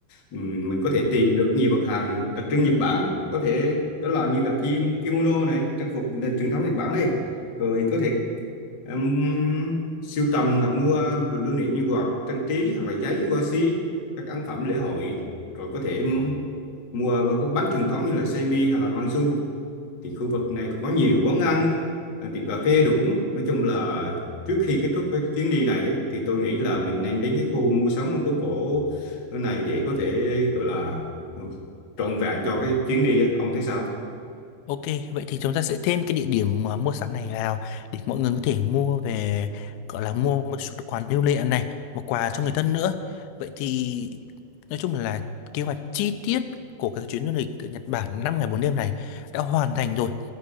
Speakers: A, on the left; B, on the left.
A: Ừm, mình có thể tìm được nhiều mặt hàng đặc trưng Nhật Bản có thể đó là như là kim- kimono này trang phục nền truyền thống Nhật Bản đây rồi có thể em sưu tầm là mua đồ lưu niệm như quạt trang trí hoặc là giấy hoa si các ấn phẩm lễ hội rồi có thể em mua qua các bánh truyền thống như là semi hay là mangsu thì khu vực này cũng có nhiều quán ăn à, tiệm cà phê đồ uống nói chung là trước khi kết thúc cái chuyến đi này ấy, thì tôi nghĩ là mình nên đến cái khu mua sắm phố cổ này để có thể gọi là trọn vẹn cho cái chuyến đi á. ông thấy sao
B: Ok, vậy thì chúng ta sẽ thêm cái địa điểm mà mua sắm này vào để mọi người có thể mua về gọi là mua một chút quà lưu niệm này, một quà cho người thân nữa. Vậy thì nói chung là kế hoạch chi tiết của các chuyến du lịch ở Nhật Bản 5 ngày 4 đêm này đã hoàn thành rồi.